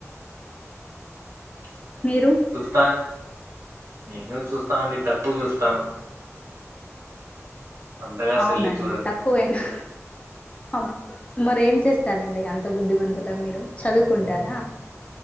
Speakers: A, on the right; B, on the left.
A: <inaudible>
B: మీరు
A: చూస్తా నేను చూస్తా అండి. తక్కువ చూస్తాను. అంతగా
B: అవునండి.
A: సెల్ చూడను
B: తక్కువేనా హా మరెం చేస్తారండి. అంత బుద్ధిమంతుల మీరు చదువుకుంటారా